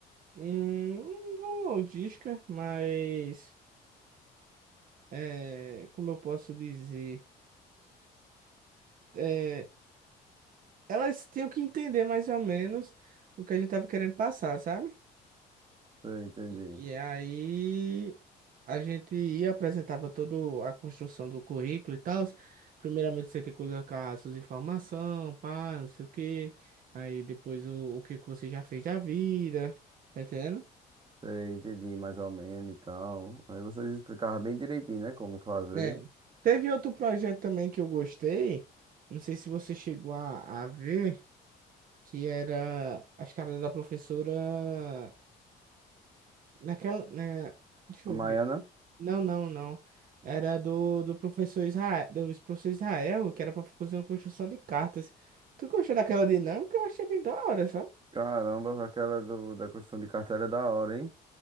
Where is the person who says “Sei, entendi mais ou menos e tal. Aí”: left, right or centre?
Right